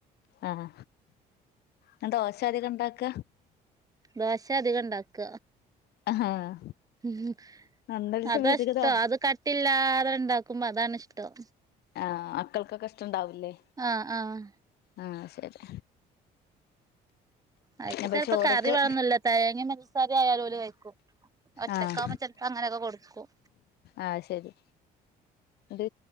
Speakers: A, on the left (about 70°); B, on the right (about 20°).
A: ആഹ് ഇങ്ങദോശ്യാ അധികം ഇണ്ടാക്ക
B: ദോശ്യാ അധികം ഇണ്ടാക്ക
A: ആഹ്
B: ഉംഹും
A: അന്നൊരു ദിവസം
B: അതാ
A: വിളിച്ചക്ക്
B: ഷ്ടം
A: ദോശ
B: അത് കട്ടില്ലാതിണ്ടാക്കുമ്പോ അതാണിഷ്ടം
A: ആഹ് മക്കൾക്കൊക്കെ ഇഷ്ടണ്ടാവുല്ലേ
B: ആഹ് ആഹ്
A: ആഹ് ശരി
B: അയ്ക്ക്
A: അപ്പൊ
B: ചെലപ്പോ
A: ചോറ്ക്ക്
B: കറി വേണന്നില്ല തേങ്ങേം പഞ്ചസാരേം ആയാലും ഓല് കഴിക്കും ഒറ്റക്കവുമ്പോ
A: ആഹ്
B: ചെൽ പ്പോ അങ്ങനൊക്കെ കൊടുക്കും
A: ആഹ് ശരി ഇത്